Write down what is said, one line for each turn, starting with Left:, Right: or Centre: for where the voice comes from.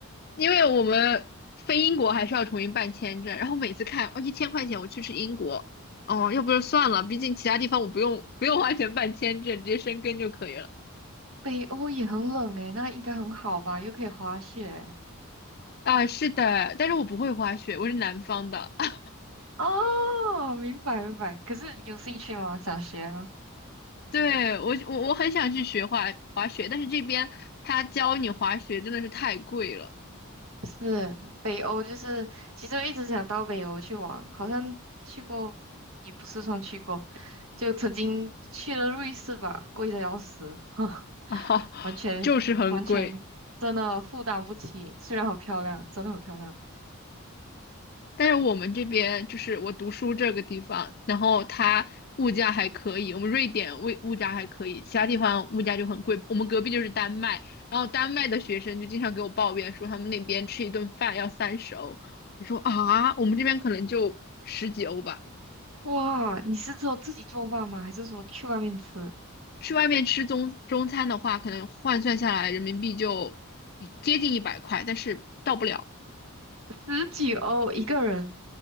Left: 因为我们飞英国还是要重新办签证，然后每次看哦一千块钱我去吃英国，哦，要不就算了，毕竟其他地方我不用不用花钱办签证，直接申根就可以了。
Right: 北欧也很冷诶，那应该很好吧？又可以滑雪。
Left: 啊，是的，但是我不会滑雪，我是南方的。<laughs>
Right: 哦，明白明白。可是有兴趣吗？想学啊？
Left: 对，我我我很想去学滑滑雪，但是这边他教你滑雪真的是太贵了
Right: 是北欧，就是其实我一直想到北欧去玩，好像去过，也不是算去过，就曾经去了瑞士吧，贵的要死，<laughs>
Left: <laughs> 啊，
Right: 完全完全真的负担不起。
Left: 就是很贵。
Right: 虽然很漂亮，真的很漂亮。
Left: 但是我们这边就是我读书这个地方，然后它物价还可以，我们瑞典物物价还可以，其他地方物价就很贵。我们隔壁就是丹麦，然后丹麦的学生就经常给我抱怨说他们那边吃一顿饭要三十欧，我说啊，我们这边可能就十几欧吧。
Right: 哇，你是只有自己做饭吗？还是说去外面吃？
Left: 去外面吃中中餐的话，可能换算下来人民币就接近一百块，但是到不了。
Right: 十几欧一个人，